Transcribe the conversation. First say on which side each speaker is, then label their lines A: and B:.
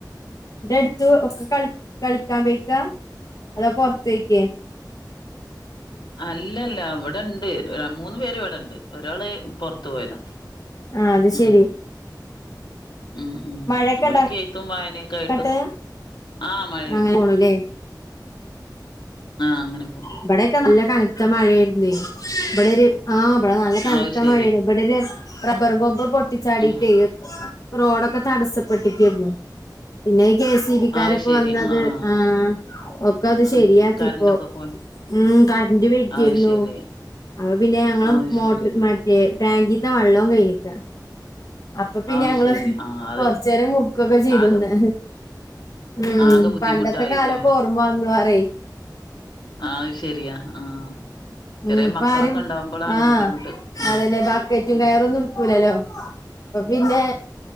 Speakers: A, on the left (about 50°); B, on the left (about 80°).
A: എന്തെട്ത്തു ഒക്കെ കളി കളിക്കാൻ പോയിക്കാ അതോ പൊറത്തോയ്ക്കേ
B: അല്ലല്ല ഇവിട്ണ്ട് മൂന്ന് പേരിവിട്ണ്ട് ഒരാള് പൊറത്ത് പോയതാ
A: ആ അത്ശെരി
B: ഉം ഉം ഉം
A: മഴയൊക്കെ
B: ഓല്ക്കെയ്ത്തും
A: ഇണ്ട
B: വായനയൊക്കെ
A: അങ്ങട്ട്
B: ആഹ് മഴയ്ണ്ട്
A: അങ്ങനെ പോണുല്ലേ
B: അങ്ങനെ പോണു
A: ഇവടെയൊക്കെ നല്ല കനത്ത മഴയായിരുന്നെ ഇവടെരു ആഹ് ഇവടെ നല്ല കനത്ത
B: അത് ശരി
A: മഴയായിരുന്നു ഇവടൊരു റബറുംകൊമ്പ് പൊട്ടിച്ചാടിട്ടേ
B: ഉം
A: റോഡൊക്കെ തടസ്സപ്പെട്ടിക്കാരുന്നു പിന്നെ കെ സി ബിക്കാരൊക്കെ
B: അത് ശരി
A: വന്നത്
B: ആഹ് ആഹ്
A: ആ ഒക്കത്
B: ആഹ്
A: ശെരിയാക്കിപ്പൊ
B: കറണ്ടൊക്കെ പോയി
A: ഉം കറന്റ് പോയിക്കാരുന്നു
B: അത് ശരി
A: അപ്പൊ പിന്നെ ഞങ്ങള്
B: അത്
A: മോട്ടറ്
B: ശരി ആ.
A: ട്ടെ ടാങ്കീത്തെ വെള്ളവും കയിഞ്ഞിക്ക അപ്പൊ പിന്നങ്ങള്
B: അത് ശരി ആഹ് അത്
A: കൊറച്ചേരം മുക്കൊക്കെ ചെയ്തുന്ന്
B: ആകെ
A: ഉം
B: ആകെ ബുദ്ധിമുട്ടായില്ലേ
A: പണ്ടത്തെ കാലൊക്കോർമ്മ വന്നു പറയ്
B: ആ അത് ശെരിയാ ആഹ്
A: ഉം
B: ചെറിയ
A: ഇപ്പാരും
B: മക്കളൊക്കെ ഉണ്ടാവുമ്പോളാണ്
A: ആഹ്
B: ബുദ്ധിമുട്ട് ഉം
A: അതന്നെ ബക്കറ്റും
B: ഉം
A: കയറൊന്നെട്ക്കൂലല്ലോ അപ്പൊ പിന്നെ